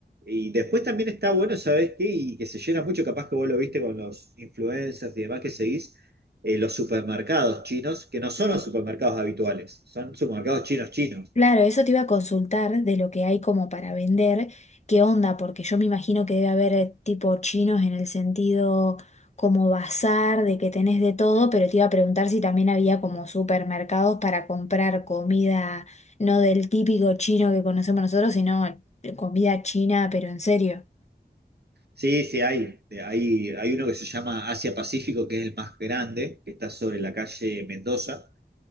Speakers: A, on the right; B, on the left.
A: Y después también está bueno, ¿sabés qué? Y que se llena mucho, capaz que vos lo viste con los influencers y demás que seguís, eh, los supermercados chinos, que no son los supermercados habituales, son supermercados chinos chinos.
B: Claro, eso te iba a consultar de lo que hay como para vender, qué onda, porque yo me imagino que debe haber eh, tipo chinos en el sentido como bazar, de que tenés de todo, pero te iba a preguntar si también había como supermercados para comprar comida, no del típico chino que conocemos nosotros, sino comida china, pero en serio.
A: Sí, sí, hay. Eh, Hay, hay uno que se llama Asia Pacífico, que es el más grande, que está sobre la calle Mendoza.